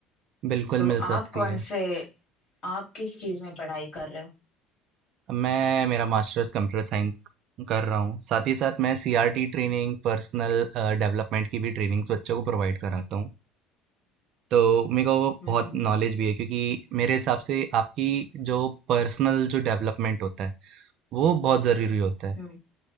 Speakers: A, on the right (about 50°); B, on the left (about 30°).
A: बिल्कुल
B: तो
A: मिल
B: आप
A: सकती
B: कौन
A: है।
B: से आप किस चीज में पढ़ाई कर रहे हो
A: मैं मेरा मास्टर्स कंप्यूटर साइंस कर रहा हूँ। साथ ही साथ मैं सीआरटी ट्रेनिंग, पर्सनल अ, डेवलपमेंट की भी ट्रेनिंग्स बच्चों को प्रोवाइड कराता हूँ। तो मेरे को
B: हम्म
A: बहुत
B: हम्म
A: नॉलेज भी है क्योंकि मेरे हिसाब से आपकी जो पर्सनल जो डेवलपमेंट होता है, वो बहुत ज़रूरी होता है।
B: हम्म